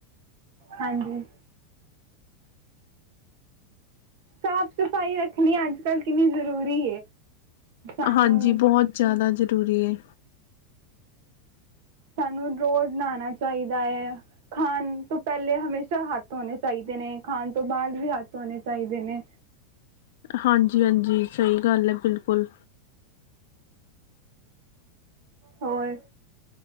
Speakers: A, on the right; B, on the left.
A: ਹਾਂਜੀ। ਸਾਫ਼ ਸਫ਼ਾਈ ਰੱਖਣੀ ਅੱਜ ਕੱਲ ਕਿੰਨੀ ਜ਼ਰੂਰੀ। ਸਾਨੂੰ
B: ਹਾਂਜੀ। ਬਹੁਤ ਜ਼ਿਆਦਾ ਜ਼ਰੂਰੀ ਹੈ।
A: ਸਾਨੂੰ ਰੋਜ਼ ਨਹਾਣਾ ਚਾਹੀਦਾ ਹੈ ਖਾਣ ਤੋਂ ਪਹਿਲੇ ਹਮੇਸ਼ਾ ਹੱਥ ਹੋਣੇ ਚਾਹੀਦੇ ਨੇ ਖਾਣ ਤੋਂ ਬਾਅਦ ਵੀ ਹੱਥ ਧੋਣੇ ਚਾਹੀਦੇ ਨੇ।
B: ਹਾਂਜੀ -ਹਾਂਜੀ ਸਹੀ ਗੱਲ ਹੈ ਬਿਲਕੁਲ।
A: ਹੋਰ।